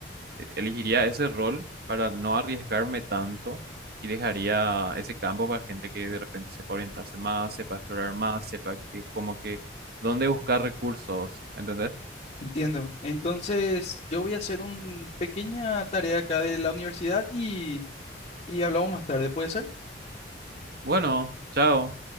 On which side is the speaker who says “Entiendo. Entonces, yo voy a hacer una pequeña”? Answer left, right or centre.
Left